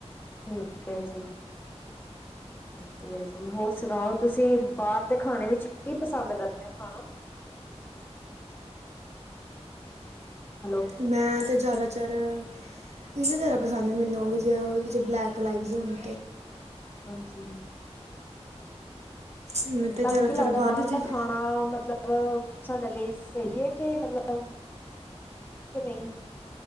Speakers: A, on the left; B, on the right.
A: ਠੀਕ ਹੈ ਜੀ। ਵਧੀਆ ਜੀ, ਹੋਰ ਸੁਣਾਓ? ਤੁਸੀਂ ਬਾਹਰ ਦੇ ਖਾਣੇ ਵਿੱਚ ਕੀ ਪਸੰਦ ਕਰਦੇ ਖਾਣਾ? ਹ
B: ਮੈਂ ਤਾਂ ਜ਼ਿਆਦਾ ਚਾਰ ਪੀਜ਼ਾ ਜ਼ਿਆਦਾ ਪਸੰਦ ਹੈ, ਮੈਨੂੰ ਉਹ ਵੀੇ ਉਹਦੇ 'ਚ ਬਲੈਕ ਲਾਈਵਜ਼ ਹੋਣ।
A: ਹਾਜੀ।
B: ਮੈਂ ਤਾਂ
A: ਤੁਹਾਨੂੰ
B: ਜ਼ਿਆਦਾਤਰ
A: ਕੀ ਲੱਗਦਾ ਬਾਹਰ
B: ਦੀ ਚੀਜ਼
A: ਦਾ ਖਾਣਾ ਮਤਲਬ ਸਾਡੇ ਲਈ ਸਹੀ ਹੈ, ਕਿ ਮਤਲਬ ਕਿ ਨਹੀਂ।